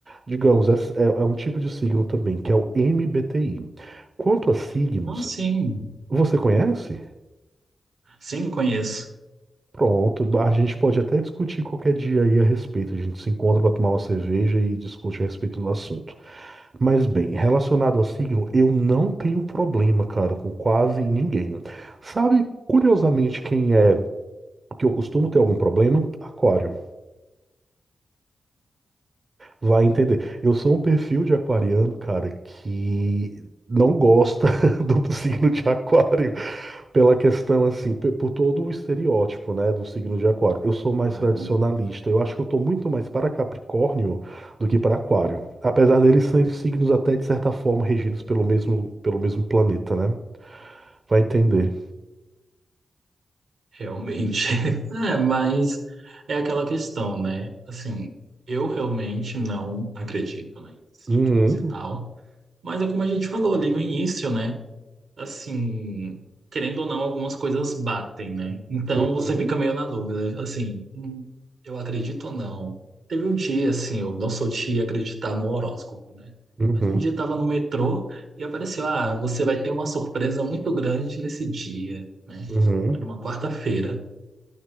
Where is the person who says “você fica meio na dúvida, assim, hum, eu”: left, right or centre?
Right